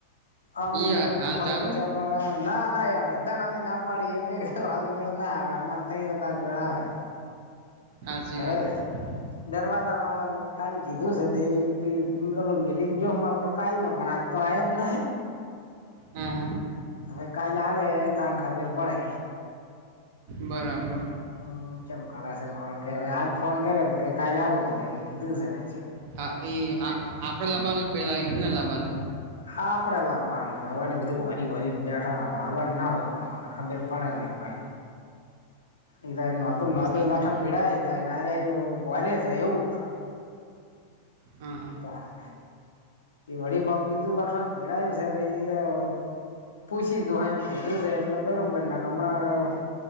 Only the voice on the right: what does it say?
ઈ હાલ
ચાલુ
હાચી
<unintelligible>
હું હું.
બરાબર.
હા એ આપડે લબવાનો પેલા એમને લબવાનો.
સાચી
વાત
હમ હમ.